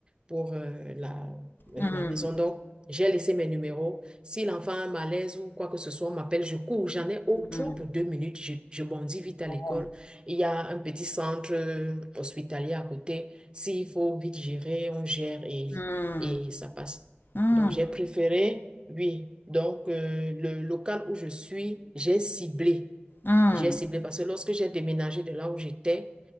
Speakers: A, on the right; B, on the left.
A: pour euh, la, euh,
B: Mm,
A: la maison. Donc, j'ai laissé mes numéros. Si l'enfant a un malaise ou quoi que ce soit, on m'appelle, je cours. J'en ai au
B: mm,
A: trop pour deux minutes, je, je bondis vite à
B: Wow.
A: l'école. Il y a un petit centre euh, hospitalier à côté. S'il faut vite gérer, on gère et,
B: mm,
A: et ça passe.
B: mm.
A: Donc, j'ai préféré oui, donc euh, le local où je suis, j'ai ciblé.
B: Hmm,
A: J'ai ciblé parce que lorsque j'ai déménagé de là où j'étais,